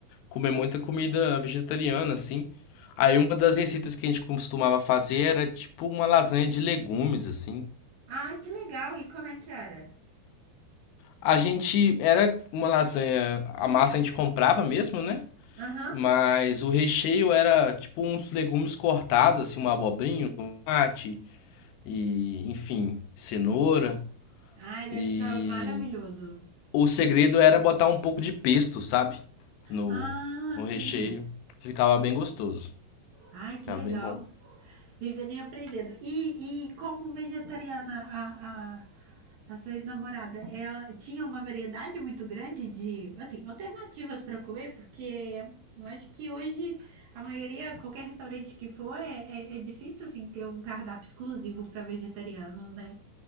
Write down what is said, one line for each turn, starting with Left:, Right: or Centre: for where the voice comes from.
Left: comer muita comida vegetariana, assim. Aí uma das receitas que a gente costumava fazer era tipo uma lasanha de legumes, assim.
Right: Ai, que legal. E como é que era?
Left: A gente era uma lasanha, a massa a gente comprava mesmo, né?
Right: Aham.
Left: Mas
Right: Uhum.
Left: o recheio era tipo uns legumes cortados, assim, uma abobrinha, um tomate e, enfim, cenoura.
Right: Ai, deve
Left: E
Right: ficar maravilhoso.
Left: O segredo era botar um pouco de pesto, sabe? No,
Right: Ah,
Left: no
Right: sim.
Left: recheio. Ficava bem gostoso.
Right: Ai, que
Left: Ficava
Right: legal.
Left: bem bom.
Right: Vivendo e aprendendo. E, e como vegetariana, a, a, a sua ex-namorada, ela tinha uma variedade muito grande de, assim, alternativas para comer, porque eu acho que hoje a maioria, qualquer restaurante que for, é, é, é difícil, assim, ter um cardápio exclusivo para vegetarianos, né?